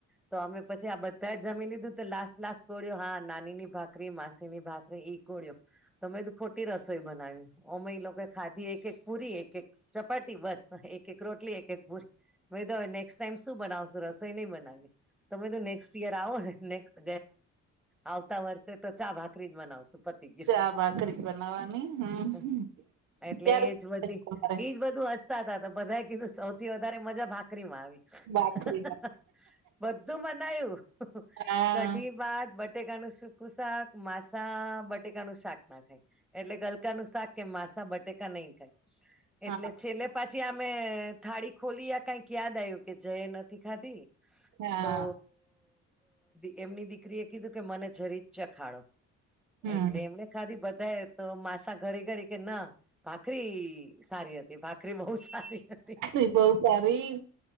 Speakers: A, in the centre; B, on the right.
A: તો અમે પછી આ બધા જમી લીધું તો લાસ્ટ લાસ્ટ કોળિઓ હા નાનીની ભાખરી માસીની ભાખરી ઇ કોળીયો તો મે કીધું ખોટી રસોઈ બનાવી. ઓમેય એ લોકોએ ખાધી એક એક પુરી એક-એક ચપાટી બસ, એક-એક રોટલી એક-એક પૂરી. મે કીધું હવે નેક્સ્ટ ટાઈમ શું બનાવશો રસોઈ નઈ બનાવીએ તો મેં કીધું <unintelligible> યર આવોને નેક્સ્ટ, આવતા વર્ષે તો ચા-ભાખરી જ બનાવશું. પતી
B: ચા ભાખરી જ બનાવવાની હમ.
A: ગયું એટલે
B: ક્યારે
A: એજ બધી
B: તમારે
A: ઈજ બધું <unintelligible> <unintelligible> બધાએ કીધું સૌથી વધારે મજા ભાખરીમાં આવી.
B: ભાખરી
A: બધું બનાયું
B: હા
A: કઢી-ભાત બટાકાનું <unintelligible> કુ શાક માસા બટેકા નું શાક ના ખાય. એટલે ગલકા નું શાક કે માસા બટેકા નહી ખાય
B: હા
A: એટલે છેલ્લે પછી અમે થાળી ખોલી આ કઈક યાદ આવ્યું કે <unintelligible> નથી ખાધી.
B: હા.
A: તો એમની દીકરી એ કીધું કે મને જરી ચખાડો
B: હમ
A: એટલે એમને ખાધી બધાએ તો માસા ઘડી ઘડી કે ના ભાખરી સારી હતી ભાખરી બહુ સારી હતી
B: <inaudible> બહુ સારી.